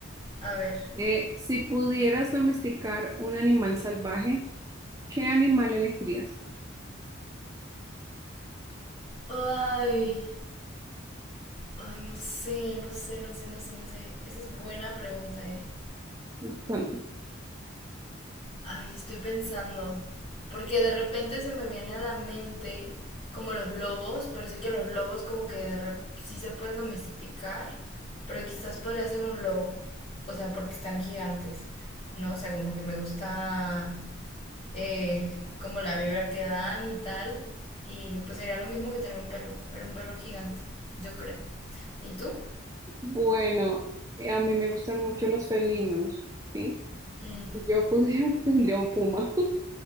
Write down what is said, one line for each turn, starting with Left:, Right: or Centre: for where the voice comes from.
Left: A ver.
Right: Eh, si pudieras domesticar un animal salvaje, ¿qué animal elegirías?
Left: Ay, ay, no sé, no sé, no sé, no sé, no sé. Esa es buena pregunta, ¿eh?
Right: Bastante.
Left: Ay, estoy pensando. Porque de repente se me viene a la mente como los lobos, pero sé que los lobos como que de rep- sí se pueden domesticar, pero quizás podría ser un lobo. O sea, porque están gigantes, ¿no? O sea, como que me gusta eh, como la vibra que dan y tal. Y pues sería lo mismo que tener un perro, pero un perro gigante, yo creo. ¿Y tú?
Right: Bueno, eh, a mí me gustan mucho los felinos, ¿sí?
Left: Mm.
Right: Si yo pudiera, <laughs> tendría un puma. <laughs>